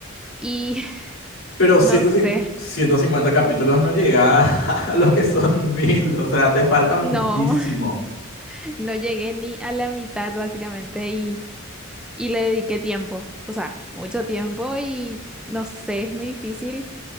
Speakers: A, in the centre; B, on the left.
A: Y
B: Pero ciento
A: <laughs> no sé.
B: cincuenta ciento cincuenta capítulos no llega <laughs> a lo que son mil, o sea, te falta muchísimo.
A: No, <laughs> no llegué ni a la mitad básicamente y, y le dediqué tiempo, o sea, mucho tiempo y no sé, es muy difícil,